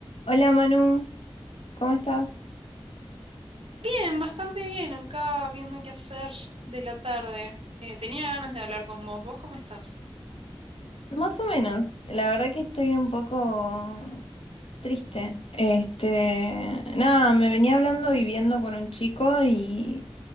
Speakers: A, on the left (about 80°); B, on the right (about 80°).
A: Hola Manu, ¿cómo estás?
B: Bien, bastante bien, acá viendo qué hacer de la tarde. Eh, tenía ganas de hablar con vos. ¿Vos cómo estás?
A: Más o menos, la verdad que estoy un poco triste. Este, nada, me venía hablando viviendo con un chico y,